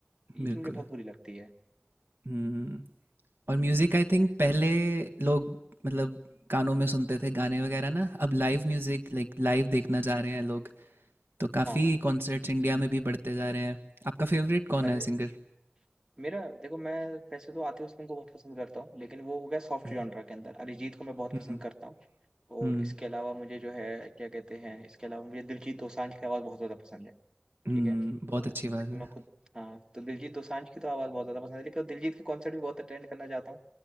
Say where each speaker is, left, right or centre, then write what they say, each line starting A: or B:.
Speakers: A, on the right; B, on the right.
A: ये
B: बिल्कुल
A: चीज मुझे बहुत बुरी लगती है
B: हम्म और म्यूजिक आई थिंक पहले लोग मतलब कानों में सुनते थे गाने वगैरह ना अब लाइव म्यूजिक लाइक लाइव देखना चाह रहे हैं लोग तो काफी
A: हाँ
B: कॉन्सर्ट्स इंडिया में भी बढ़ते जा रहे हैं आपका फेवरेट कौन
A: अरे
B: है सिंगर
A: मेरा देखो मैं वैसे तो आतिफ असलम को बहुत पसंद करता हूँ लेकिन वो हो गया सॉफ्ट
B: हम्म
A: जॉनरा के अंदर अरिजीत को मैं बहुत
B: हम्म,
A: पसंद करता हूँ और
B: हम्म,
A: इसके अलावा मुझे जो है क्या कहते हैं इसके अलावा मुझे दिलजीत दोसांझ की आवाज़ बहुत ज़्यादा पसंद है
B: हम्म,
A: ठीक है
B: बहुत
A: तो
B: अच्छी बात
A: क्योंकि
B: है
A: मैं खुद हाँ तो दिलजीत दोसांझ की तो आवाज़ बहुत ज़्यादा पसंद है लेकिन दिलजीत के कॉन्सर्ट भी बहुत अटेंड करना चाहता हूँ